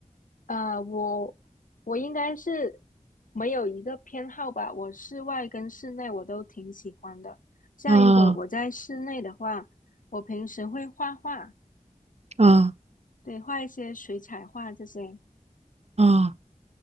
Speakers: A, on the left; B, on the right.
A: 呃，我我应该是没有一个偏好吧，我室外跟室内我都挺喜欢的。像如果我在室内的话，
B: 啊
A: 我平时会画画，
B: 啊
A: 对，画一些水彩画这些。
B: 啊！